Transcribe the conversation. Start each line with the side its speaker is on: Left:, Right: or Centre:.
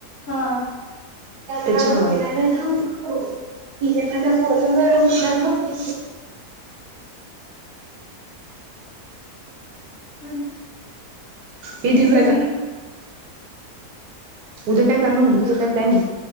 Left: हा
Right: अच्छा हनकर वर कात न
Left: होा ना
Right: हे दिव
Left: उद्या
Right: घ
Left: मी
Right: उद्या काय करणार तुझं काय प्लॅनिंग